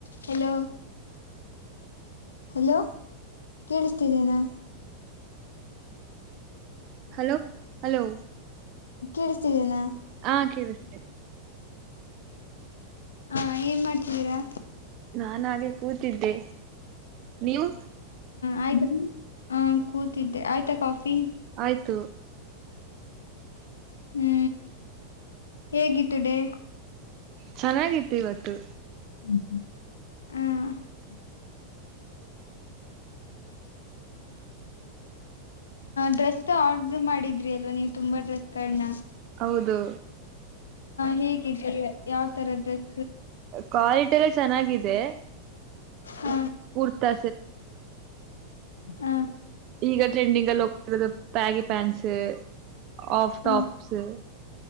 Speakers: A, on the left; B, on the right.
A: Hello hello ಕೇಳಿಸ್ತಿದ್ದೇನಾ
B: hello hello
A: ಕೇಳಿಸ್ತಿದ್ದೀನಾ
B: ಹಾ ಕೇಳಿಸತೇ
A: ಹಾ ಏನ್ ಮಾಡ್ತಿದ್ದೀರಾ
B: ನಾನ ಹಾಗೆ ಕೂತಿದ್ದೆ ನೀವು?
A: ಆಯ್ತು ಹ ಕೂತಿದ್ ಆಯ್ತ ಕಾಫಿ
B: ಆಯ್ತು
A: ಹೂ ಹೇಗಿತ್ತು ಡೇ
B: ಚೆನ್ನಾಗಿತ್ತು ಇವತ್ತು
A: <unintelligible> ಡ್ರೆಸ್ ಆರ್ಡರ್ ಮಾಡಿದ್ರಲ್ಲ ನೀವು ತುಂಬಾ ಡ್ರೆಸ್‌ನ
B: ಹೌದು
A: ಹೇಗೆ ಯಾವ ತರ ಡ್ರೆಸ್
B: ಕೊಡೆಯುತ್ತಿಯಲ್ಲ ಚೆನ್ನಾಗಿದೆ--ಕೊಡ್ತಾ
A: ಹ ಅ
B: ಈಗ ಟ್ರೆಂಡಿಂಗ್ ಎಲ್ಲ ಹೋಗ್ತಾ ಇದೆ ಬ್ಯಾಗಿ ಪ್ಯಾಂಟ್ಸ್ <unintelligible>
A: ಹ